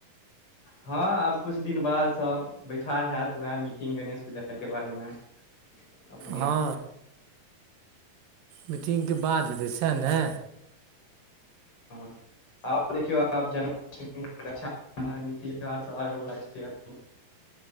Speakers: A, on the left; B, on the right.
A: हँ आब किछु दिन बाद सब बैठार होैत, उएह मीटिंग गणेश पूजाके बारेमे। अप अपने!
B: हँ मीटिंग के बाद हेतै, सएह ने।
A: हँ। आब देखियौ, आब जन्माष्टमीा, रक्षाबंधनआबैवला छैभ <unintelligible>